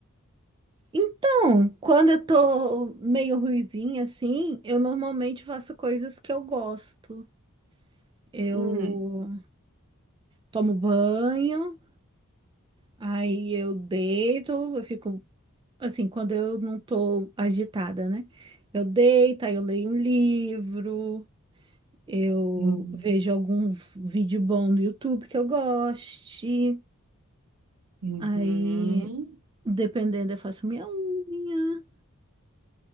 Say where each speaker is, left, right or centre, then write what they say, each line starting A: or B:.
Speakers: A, on the right; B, on the right.
A: Então, quando eu tô meio ruizinha assim, eu normalmente faço coisas que eu gosto. Eu
B: Hum,
A: tomo banho, aí eu deito, eu fico assim, quando eu não tô agitada, né? Eu deito, aí eu leio um livro, eu
B: hum,
A: vejo algum vídeo bom no YouTube que eu goste,
B: uhum.
A: aí, dependendo, eu faço minha unha,